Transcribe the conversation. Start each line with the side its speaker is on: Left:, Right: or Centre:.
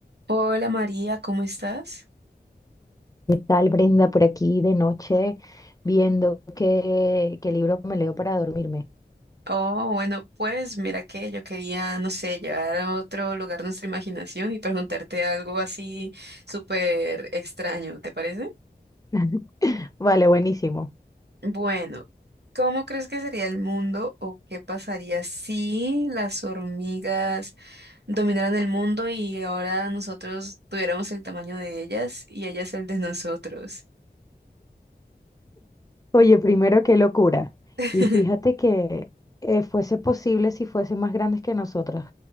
Right: Hola María, ¿cómo estás?
Left: ¿Qué tal, Brenda, por aquí de noche viendo qué, qué libro me leo para dormirme?
Right: Oh, bueno, pues mira que yo quería, no sé, llevar a otro lugar nuestra imaginación y preguntarte algo así súper extraño, ¿te parece?
Left: <laughs> Vale, buenísimo.
Right: Bueno, ¿cómo crees que sería el mundo o qué pasaría si las hormigas dominaran el mundo y ahora nosotros tuviéramos el tamaño de ellas y ellas el de nosotros?
Left: Oye, primero, qué locura.
Right: <laughs>
Left: Y fíjate que eh, fuese posible si fuesen más grandes que nosotras.